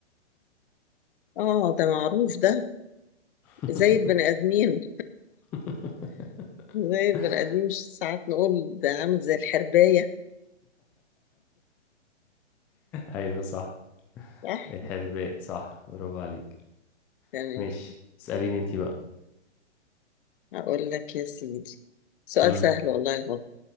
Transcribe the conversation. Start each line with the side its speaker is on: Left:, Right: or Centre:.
Left: اه ده معروف ده
Centre: <laughs>
Left: زي البني آدمين
Centre: <laughs>
Left: زي البني آدمين مش ساعات نقول ده عامل زي الحرباية
Centre: ايوه صح
Left: صح
Centre: الحرباء صح برافو عليك
Left: تمام
Centre: ماشي اسأليني انت بقى.
Left: أقول لك يا سيدي سؤال
Centre: مم.
Left: سهل والله هو